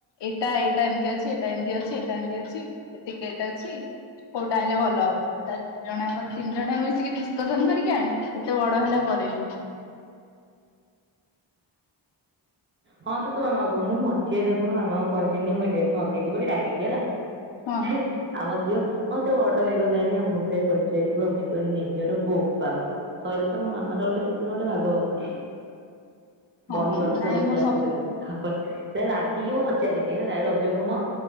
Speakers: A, on the left; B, on the right.
A: ଏଇଟା ଏଇଟା ଏମିତି ଅଛି ଏଇଟା ଏମିତି ଅଛି ଏଟା ଏମିତି ଅଛି ଏତିକି ରେଟ୍ ଅଛି କୋଉଟା ଆଣିଲେ ଭଲ ହବ ତା ଜଣାଙ୍କ ତିନି ଜଣଙ୍କୁ ମିସିକି ଡିସକସନ କରିକି ଆଣିବି ଏତେ ବଡ ହେଲା ପରେ ବି
B: ହଁ ତୁ ତୋ ମାମାକୁ କହ ମୁଁ ମଝୀରେ ଦେଖୁନୁ ମାମାଙ୍କୁ କହିଲିନି ମୁଁ ଏ ଡ୍ରେସ ମଗେଇଛି ବୋଲି ରାଗିକି ହେଲା
A: ହଁ
B: ହେ ଆମ ଝିଅ ହଁ ସେ ବଡ ହେଇଗଲା ଆମକାଇଁ ପଚାରିବ ଆମେ କିଲ ନିଜର ବୋପା ମା ଶଇଲା ତ ମୋ ମାମା ଆ ର ଗୋଟେ ସେଦିନ ଗୋଟେ ଭାଗବତ।
A: ହଁ
B: ବହି
A: ନାଇଁ ମୁଁ ସେ
B: <unintelligible> ସେଦିନ ତାପରେ ସେ ରାଗିକି ମୁଁ ପଚାରିଲିନି ହେଲା ଏ ରଜକୁମ